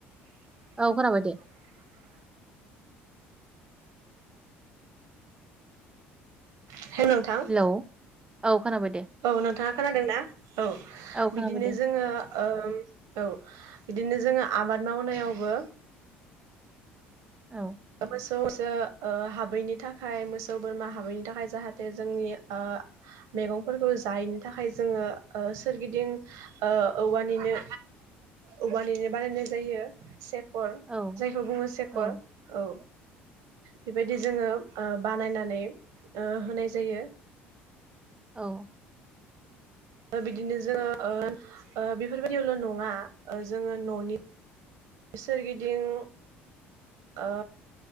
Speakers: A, on the right (about 15°); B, on the right (about 65°).
A: औ खोनाबाय दे
B: <unintelligible> <inaudible> हेलौ नोंथां
A: हेलौ औ खोनाबाय दे
B: औ नोंथाङा खोनादोंना औ
A: औ खोनाबाय
B: बिदिनो
A: दे
B: जोङो ओ औ बिदिनो जोङो आबाद मावनायावबो
A: औ
B: मोसौ मैसो ओ हाबैनि थाखाय मोसौ बोरमा हाबैनि थाखाय जाहाथे जोंनि ओ मैगंफोरखौ जायैनि थाखाय जोङो सोरगिदिं औवानिनो औवानिनो बानायनाय जायो से कर
A: औ
B: जायखौ बुङो सेकर
A: औ
B: औ बेबायदि जोङो ओ बानायनानै ओ होनाय जायो
A: औ
B: बिदिनो जोङो ओ ओ बेफोरबायदियावल' नङा जोङो न'नि सोरगिदिं ओ